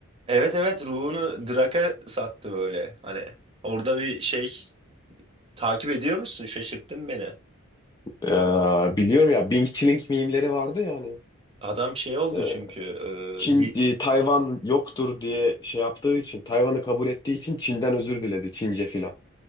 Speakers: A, on the right; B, on the left.
A: Evet evet ruhunu Drak'a sattı böyle. Hani orada bir şey takip ediyor musun şaşırttın beni.
B: Ee, biliyorum ya Bing Chilling mimleri vardı ya hani.
A: Adam şey oldu
B: Ee,
A: çünkü e,
B: Çin,
A: ye-
B: e, Tayvan yoktur diye şey yaptığı için, Tayvan'ı kabul ettiği için Çin'den özür diledi Çince filan.